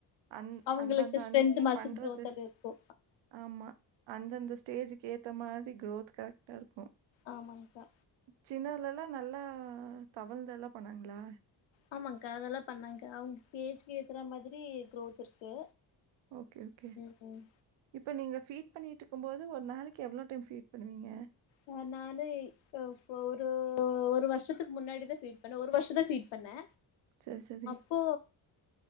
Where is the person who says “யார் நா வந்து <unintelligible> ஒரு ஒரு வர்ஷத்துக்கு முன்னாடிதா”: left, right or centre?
Left